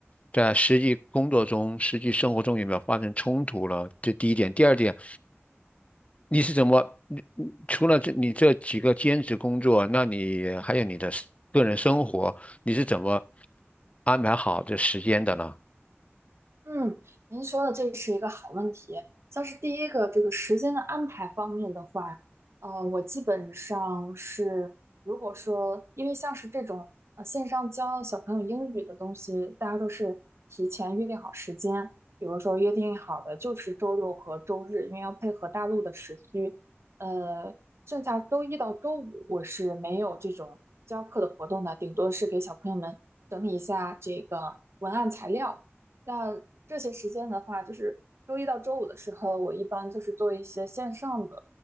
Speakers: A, on the left (about 30°); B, on the right (about 70°).
A: 在实际工作中、实际生活中有没有发生冲突了？这第一点。第二点，你是怎么，你你除了这你这几个兼职工作，那你还有你的个人生活，你是怎么安排好这时间的呢？
B: 嗯，您说的这是一个好问题。像是第一个这个时间的安排方面的话，呃，我基本上是，如果说因为像是这种呃线上教小朋友英语的东西，大家都是提前约定好时间，比如说约定好的就是周六和周日，因为要配合大陆的时区。呃，剩下周一到周五我是没有这种教课的活动的，顶多是给小朋友们整理一下这个文案材料。那这些时间的话，就是周一到周五的时候，我一般就是做一些线上的